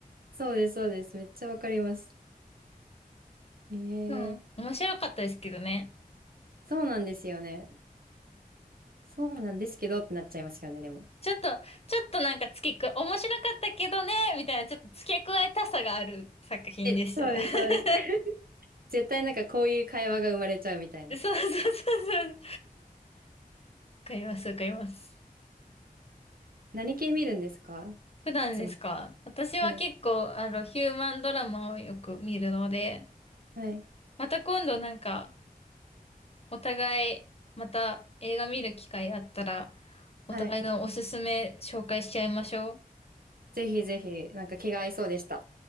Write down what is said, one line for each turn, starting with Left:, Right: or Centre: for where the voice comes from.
Right: そうです、そうです。めっちゃわかります。ええ
Left: うん。面白かったですけどね。
Right: そうなんですよね。そうなんですけどってなっちゃいますよね、でも。
Left: ちょっと、ちょっとなんか付け加面白かったけどね、みたいな、ちょっと付け加えたさがある作品でした。
Right: え、そうです、
Left: <laughs>
Right: そうです。絶対なんかこういう会話が生まれちゃうみたいな。
Left: そうそうそうそう。わかります、わかります。
Right: 何系見るんですか
Left: 普段ですか私は結構、
Right: いつも。はい。
Left: あの、ヒューマンドラマをよく見るので、
Right: はい。
Left: また今度なんか、お互い、また映画見る機会あったら、
Right: はい。
Left: お互いのおすすめ紹介しちゃいましょう。
Right: ぜひぜひ、なんか気が合いそうでした。